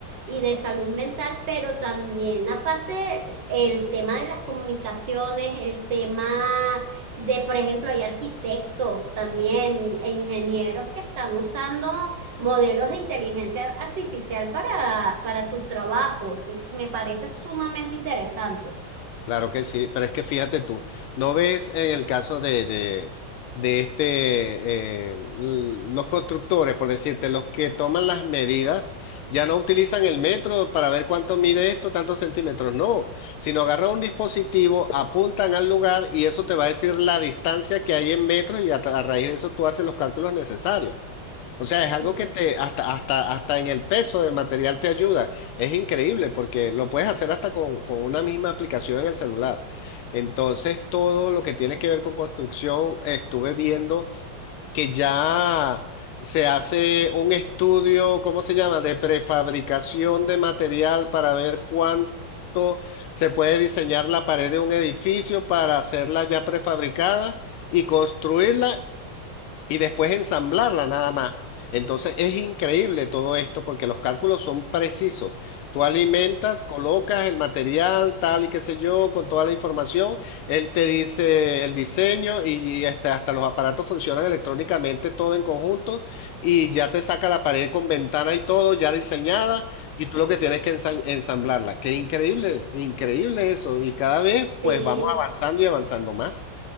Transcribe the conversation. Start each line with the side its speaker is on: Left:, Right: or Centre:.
Right: y de salud mental, pero también aparte el tema de las comunicaciones, el tema de, por ejemplo, hay arquitectos también y- e ingenieros que están usando modelos de inteligencia artificial para, para sus trabajos. Me parece sumamente interesante.
Left: Claro que sí, pero es que fíjate tú, ¿no ves en el caso de, de, de este, eh, l- los constructores, por decirte, los que toman las medidas, ya no utilizan el metro para ver cuánto mide esto, tantos centímetros, no, sino agarran un dispositivo, apuntan al lugar y eso te va a decir la distancia que hay en metros y a, tra- a raíz de eso tú haces los cálculos necesarios. O sea,
Right: <laughs>
Left: es algo que te, hasta, hasta, hasta en el peso del material te ayuda. Es increíble porque lo puedes hacer hasta con, con una misma aplicación en el celular. Entonces, todo lo que tiene que ver con construcción, estuve viendo que ya se hace un estudio, ¿cómo se llama?, de prefabricación de material para ver cuánto se puede diseñar la pared de un edificio para hacerla ya prefabricada y construirla y después ensamblarla nada más. Entonces es increíble todo esto porque los cálculos son precisos. Tú alimentas, colocas el material, tal y qué sé yo, con toda la información. Él te dice el diseño y hasta, hasta los aparatos funcionan electrónicamente todo en conjunto y ya te saca la pared con ventana y todo ya diseñada y tú lo que tienes que ensa- ensamblarla. Qué increíble, increíble eso. Y cada vez
Right: Sí.
Left: pues vamos avanzando y avanzando más.